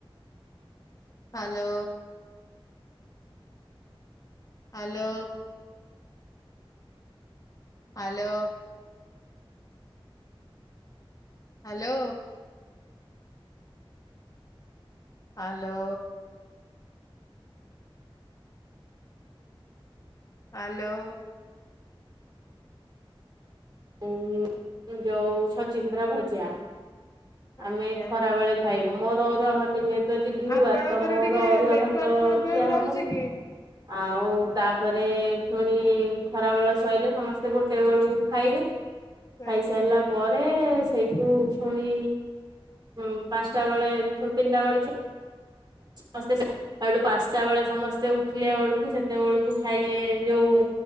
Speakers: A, on the left; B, on the right.
A: Hello. Hello. Hello. Hello. Hello. Hello.
B: ଉ ଯୋଉ ଛଚିନ୍ଦ୍ରାଭଜା,
A: ଆଜ୍ଞା।
B: ଆମେ ଖରା ବେଳେ ଖାଇବୁ ମୋର ଅରୁଆ ଭାତ ଯେହେତୁ ତ ଆଜି ଗୁରୁବାର,
A: ଆପଣଙ୍କର
B: ତ ମୋର
A: ଟିକେ
B: ଅରୁଆ
A: ନେଟୱାର୍କ
B: ଭାତ
A: ପ୍ରୋବ୍ଲେମ
B: ଖିଆ
A: ରହୁଛି
B: ହବ
A: କି?
B: ଆଉ ତାପରେ ପୁଣି ଖରାବେଳ ସଇଲେ ସମସ୍ତେ ଗୋଟେ ବେଳକୁ ଖାଇବେ ଖାଇସାଇଲା
A: ଆଜ୍ଞା
B: ପରେ ସେଇଠୁ ଛୁଣି, ପାଞ୍ଚଟାବେଳେ ତିନିଟାବେଳେ ଖି ସମସ୍ତେ <unintelligible> ସେଉଠୁ ପାଞ୍ଚଟା ବେଳେ ସମସ୍ତେ ଉଠିଲେ ବେଳକୁ ସେତେବେଳକୁ ଖାଇବେ ଯୋଉଁ